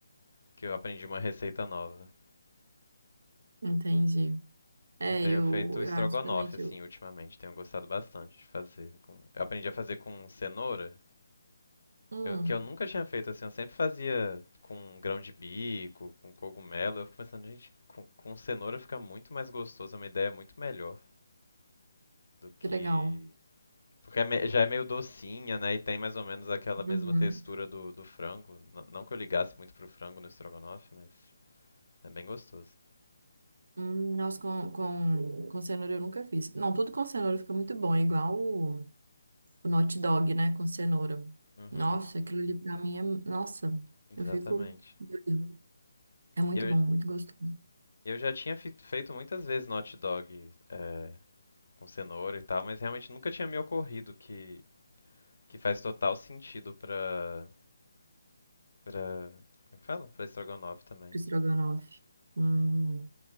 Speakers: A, on the left; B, on the right.
A: que eu aprendi uma receita nova.
B: entendi. É,
A: Eu tenho
B: eu,
A: feito estrogonofe,
B: eu acho também que
A: assim,
B: eu...
A: ultimamente. Tenho gostado bastante de fazer. com- Eu aprendi a fazer com cenoura
B: Hum,
A: Eu- que eu nunca tinha feito assim, eu sempre fazia com grão de bico, com cogumelo. Eu fico pensando, gente, com, com cenoura fica muito mais gostoso, é uma ideia muito melhor do que.
B: que legal.
A: Porque é me- já é meio docinha, né? E tem mais ou menos aquela
B: Uhum.
A: mesma textura do, do frango. N- não que eu ligasse muito pro frango no estrogonofe, mas é bem gostoso.
B: Hum, nossa, com, com, com cenoura eu nunca fiz. Não, tudo com cenoura fica muito bom, é igual o, o hot dog, né, com cenoura.
A: Uhum,
B: Nossa, aquilo ali pra mim é... Nossa,
A: exatamente.
B: eu fico... doida. É muito
A: E Eu,
B: bom, muito gostoso.
A: eu já tinha fi- feito muitas vezes no hot dog é, com cenoura e tal, mas realmente nunca tinha me ocorrido que, que faz total sentido pra Pra. Como é que fala? Pra estrogonofe também.
B: Estrogonofe. Hum.